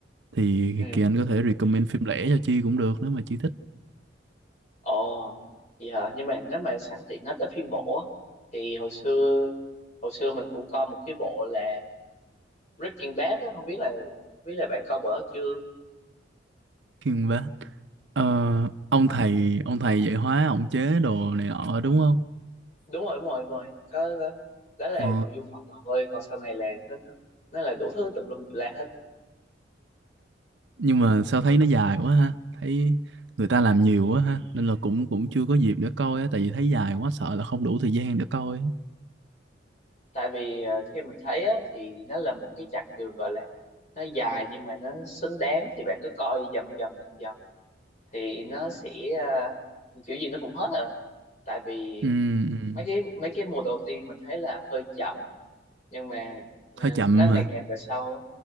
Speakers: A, on the right (about 70°); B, on the left (about 40°).
A: thì
B: ừ
A: Kỳ Anh có thể recommend phim lẻ cho Chi cũng được nếu mà Chi thích
B: ồ vậy hả nhưng mà nếu mà sẵn tiện nói tới phim bộ á, thì hồi xưa hồi xưa mình cũng coi một cái bộ là Breaking Bad á không biết là không biết là bạn coi bữa đó chưa
A: phim vá Ờ, ông thầy ông thầy dạy hóa ông chế đồ này nọ đúng không
B: đúng rồi đúng rồi đúng rồi có, có đó là
A: ờ,
B: nội dung phần đầu thôi còn sau này là nó nó là đủ thứ tùm lum la hết
A: nhưng mà sao thấy nó dài quá ha thấy người ta làm nhiều quá ha nên là cũng cũng chưa có dịp để coi á tại vì thấy dài quá sợ là không đủ thời gian để coi á.
B: tại vì à, theo mình thấy á, thì nó là một cái chặng đường gọi là nó dài nhưng mà nó xứng đáng thì bạn cứ coi dần dần dần dần thì nó sẽ à, kiểu gì nó cũng hết à tại vì
A: ừ, ừ.
B: mấy cái mấy cái mùa đầu tiên mình thấy là hơi chậm nhưng mà ờ,
A: hơi chậm
B: nó ngày
A: hả
B: càng về sau á